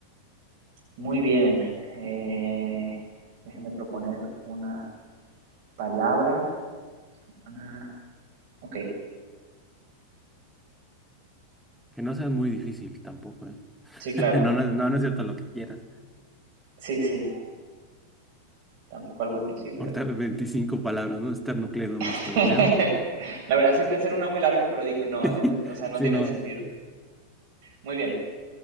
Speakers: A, on the right; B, in the centre.
A: Muy bien. eh, déjeme proponer una Palabra. ah, ok,
B: Que no sea muy difícil tampoco, ¿eh? <laughs>
A: sí, claro.
B: No, no, no, no es cierto lo que quieras.
A: Sí, sí. Tampoco algo imposible,
B: Ahorita
A: ¿verdad?
B: 25 palabras, ¿no? Esternocleidomastoideo.
A: <laughs> La verdad sí pensé en una muy larga, pero dije, no,
B: <laughs>
A: es- o sea, no
B: Sí,
A: tiene
B: no.
A: sentido. Muy bien.